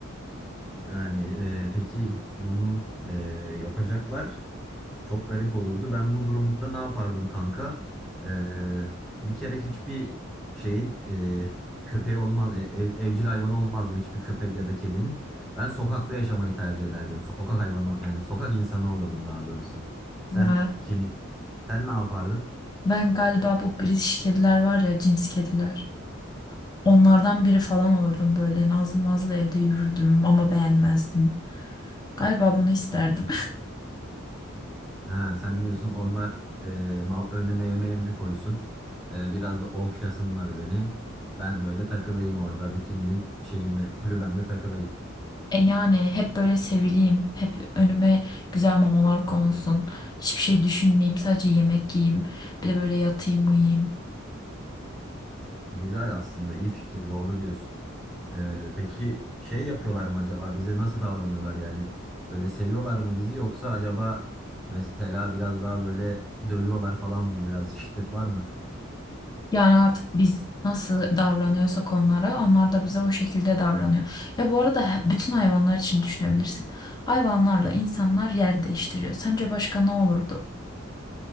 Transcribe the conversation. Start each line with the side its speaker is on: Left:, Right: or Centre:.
Centre: Yani e, peki bunu e, yapacaklar. Çok garip olurdu. Ben bu durumda ne yapardım kanka? Ee, bir kere hiçbir şeyin e, köpeği olmaz, e, ev- evcil hayvanı olmazdım hiçbir köpek ya da kedinin. Ben sokakta yaşamayı tercih ederdim. Sokak hayvanı yani sokak insanı olurdum daha doğrusu. Sen
Left: Ya
Centre: kimin? Sen ne yapardın?
Left: ben galiba bu British kediler var ya cins kediler onlardan biri falan olurdum böyle nazlı nazlı evde yürürdüm ama beğenmezdim galiba bunu isterdim.
Centre: Ha, sen diyorsun onlar e, ma- önüme yemeğimi koysun. E, biraz da okşasınlar beni. Ben böyle takılayım orada bütün gün şeyimde kulübemde takılayım.
Left: E yani hep böyle sevileyim, hep önüme güzel mamalar konulsun, hiçbir şey düşünmeyeyim, sadece yemek yiyeyim, bir de böyle yatayım, uyuyayım.
Centre: Güzel aslında iyi fikir doğru diyorsun. Ee, peki şey yapıyorlar mı acaba bize nasıl davranıyorlar yani böyle seviyorlar mı bizi yoksa acaba mesela biraz daha böyle dövüyorlar falan mı biraz şiddet var mı?
Left: Yani artık biz nasıl davranıyorsak onlara, onlar da bize o şekilde davranıyor. Ya bu arada he- bütün hayvanlar için düşünebilirsin. Hayvanlarla insanlar yer değiştiriyor. Sence başka ne olurdu?